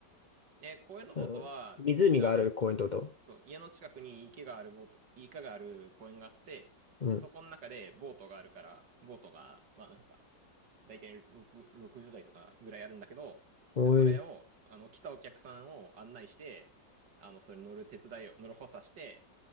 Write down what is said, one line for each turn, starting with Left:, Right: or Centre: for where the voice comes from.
Right: えー公園のボートは、
Left: あの湖がある公園ってこと
Right: あの、いそう、家の近くに池があるボート、池がある公園があって、
Left: うん。
Right: で、そこの中でボートがあるから、ボートが、まあなんか、だ大体6、60代とかぐらいあるんだけど、
Left: おい。
Right: で、それを、あの、来たお客さんを案内して、あの、それ乗る手伝いを、乗る補佐して、